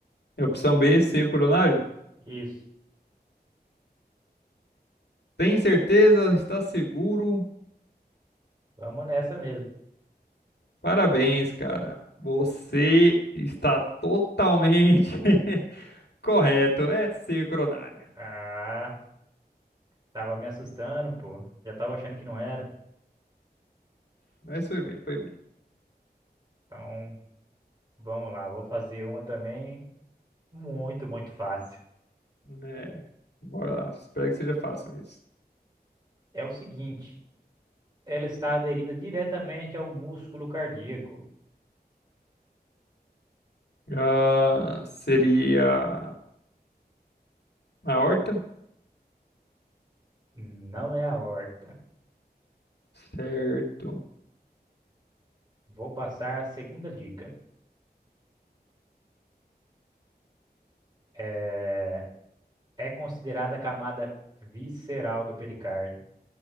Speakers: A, on the left; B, on the right.
A: É opção B, seio coronário?
B: Isso.
A: Tem certeza? Está seguro?
B: Vamos nessa mesmo.
A: Parabéns, cara. Você está totalmente <laughs> correto. É sincronária.
B: Ah, tava me assustando, pô. Já tava achando que não era.
A: Mas foi bem, foi bem.
B: Então, vamos lá. Vou fazer uma também muito, muito fácil.
A: É, bora lá. Espero que seja fácil mesmo.
B: É o seguinte, ela está aderida diretamente ao músculo cardíaco.
A: Ah, seria a horta?
B: Não é a aorta.
A: Certo.
B: Vou passar a segunda dica. É, é considerada a camada visceral do pericárdio.